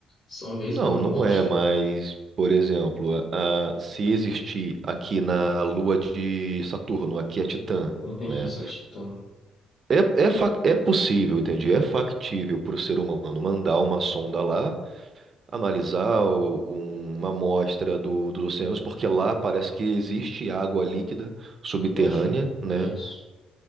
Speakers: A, on the left; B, on the right.
A: Só mesmo
B: Não,
A: uma amostra.
B: não é, mas, por exemplo, a- a- se existir aqui na Lua de Saturno, aqui é Titã,
A: É isso,
B: né?
A: a Titã.
B: É, é, fac- é possível, entendi. É factível para o ser humano mandar uma sonda lá, analisar o- um- uma amostra do- dos oceanos, porque lá parece que existe água líquida subterrânea,
A: Debaixo do.
B: né?
A: Isso.